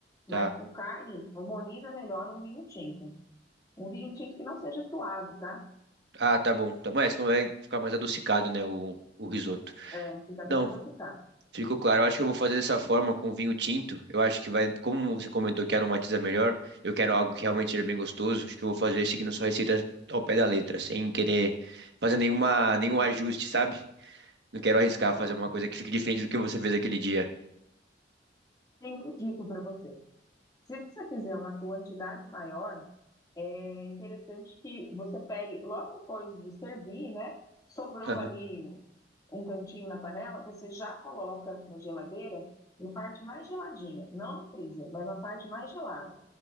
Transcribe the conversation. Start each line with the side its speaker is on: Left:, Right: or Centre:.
Right: Tá.
Left: Mas com carne, harmoniza melhor um vinho tinto. Um vinho tinto que não seja suave, tá?
Right: Ah, tá bom. Tá bom. É, senão vai ficar mais adocicado, né? O, o risoto.
Left: É, fica bem
Right: Não.
Left: adocicado.
Right: Ficou claro. Eu acho que eu vou fazer dessa forma com vinho tinto. Eu acho que vai, como você comentou que aromatiza melhor, eu quero algo que realmente seja bem gostoso. Acho que eu vou fazer seguindo sua receita ao pé da letra, sem querer fazer nenhuma, nenhum ajuste, sabe? Não quero arriscar
Left: Certo.
Right: fazer uma coisa que fique diferente do que você fez aquele dia.
Left: Tenho uma dica para você. Se você fizer uma quantidade maior, É interessante que você pegue, logo depois de servir, né? Sobrou
Right: Aham,
Left: ali um cantinho na panela, você já coloca na geladeira, na parte mais geladinha, não no freezer, mas na parte mais gelada,